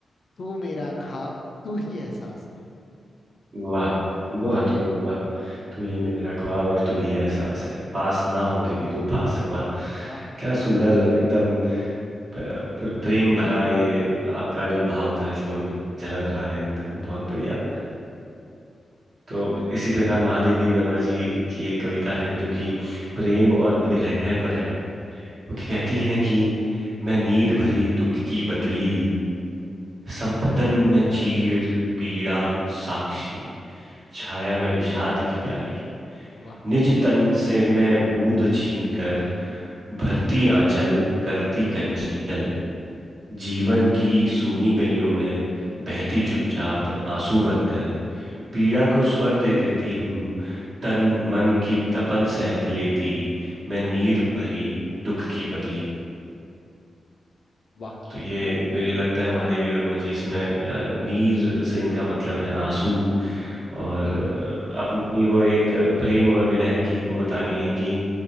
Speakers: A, on the left (about 65°); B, on the right (about 65°).
A: तू मेरा ख्वाब तू ही एहसास
B: वाह बहुत खूब वाह तू ही मेरा ख्वाब और तू ही एहसास है पास ना होके भी तू पास है वाह
A: है। वाह
B: क्या सुंदर एकदम प- प्र- प्रेम भरा ये आपका जो भाव था इसमें झलक रहा है एकदम बहुत बढ़िया तो
A: बिल्कुल
B: इसी प्रकार महादेवी वर्मा जी की एक कविता है जो कि प्रेम और विरह पर है वो कहती हैं कि मैं नीर भरी दुख की बदली संपदन में चीर पीड़ा साक्षी छाया में विषाद की प्याली
A: वाह
B: निज तन से मैं बूंद छीन कर भरती आंचल करती कंजल जीवन की सूनी गलियों में बहती चुपचाप आंसू बनकर पीड़ा को स्वर दे देती हूँ तन मन की तपन सह लेती मैं नीर भरी दुख की बदली
A: वाह
B: तो ये मुझे लगता है महादेवी वर्मा जी इसमें अ, नीर से इनका मतलब है आंसू और अ, अपनी वो एक प्रेम और विरह की वो बता रही हैं कि